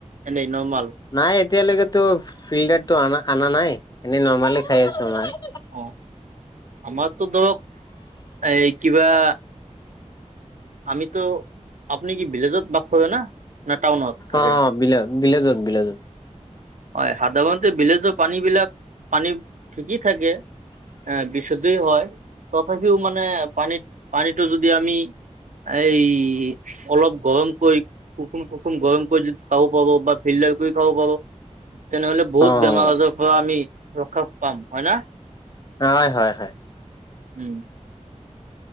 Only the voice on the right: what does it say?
এনেই নৰ্মেল?
অ', আমাৰতো ধৰক এই কিবা আমিতো, আপুনি কি ভিলেজত বাস কৰে না? না টাউনত থাকে?
হয়, সাধাৰণতে ভিলেজৰ পানী বিলাক- পানী ঠিকেই থাকে এ' বিশুদ্ধ হয়। তথাপিও মানে পানীত-পানীটো যদি আমি- এই অলপ গৰমকৈ- গৰম কৰি যদি খাব পাৰো বা ফিল্টাৰ কৰি খাব পাব। তেনেহ'লে বহুত
বেমাৰ আজাৰৰ পৰা আমি ৰক্ষা পাম হয় না।
উম।